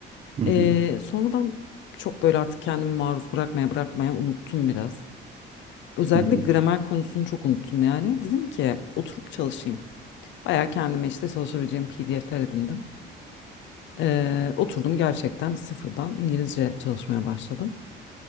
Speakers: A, on the right (about 35°); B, on the left (about 70°).
A: Hı hı,
B: Ee, sonradan çok böyle artık kendimi maruz bırakmaya bırakmaya unuttum biraz. Özellikle
A: hı hı,
B: gramer konusunu çok unuttum yani. Dedim ki oturup çalışayım. Bayağı kendime işte çalışabileceğim PDF'ler edindim. Ee, oturdum gerçekten sıfırdan İngilizce çalışmaya başladım.